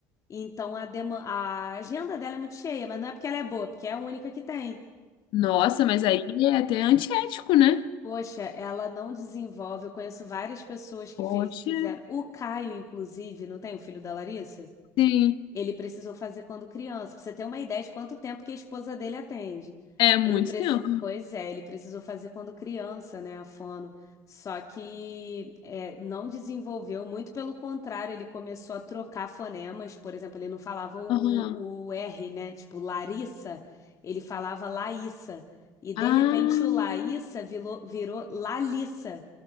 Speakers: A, on the left (about 40°); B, on the left (about 65°).
A: então a, deman- a agenda dela é muito cheia, mas não é porque ela é boa, é porque é a única que tem.
B: Nossa, mas aí é até antiético, né?
A: Poxa, ela não desenvolve. Eu conheço várias pessoas que
B: Poxa.
A: fiz- fizeram. O Caio, inclusive, não tem o filho da Larissa?
B: Sim.
A: Ele precisou fazer quando criança, pra você ter uma ideia de quanto tempo que a esposa dele atende.
B: É muito
A: Ele pre...
B: tempo.
A: Pois é, ele precisou fazer quando criança, né, a fono. Só que é, não desenvolveu, muito pelo contrário, ele começou a trocar fonemas, por exemplo, ele não falava o,
B: Aham.
A: o R, né, tipo Larissa, ele falava Laíssa. E de
B: Ah,
A: repente o Laíssa virou, virou Lalissa.